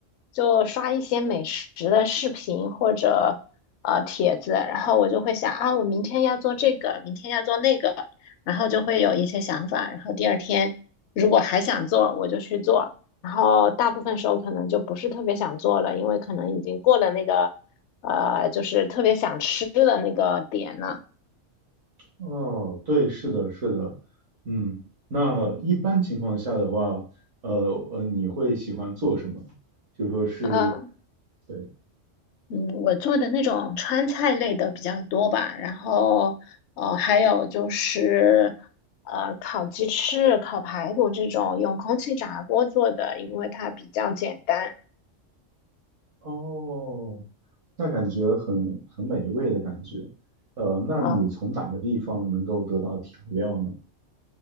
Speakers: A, on the left; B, on the right.
A: 就刷一些美食的视频或者呃帖子，然后我就会想啊，我明天要做这个，明天要做那个，然后就会有一些想法，然后第二天如果还想做，我就去做，然后大部分时候可能就不是特别想做了，因为可能已经过了那个。呃，就是特别想吃的那个点呢。
B: 哦，对，是的，是的，嗯，那一般情况下的话，呃呃，你会喜欢做什么？就说是，
A: 呃，
B: 对，
A: 嗯，我做的那种川菜类的比较多吧，然后呃，还有就是呃，烤鸡翅、烤排骨这种用空气炸锅做的，因为它比较简单。
B: 哦，那感觉很很美味的感觉。呃，那你从哪个地方能够得到调料呢？
A: 啊，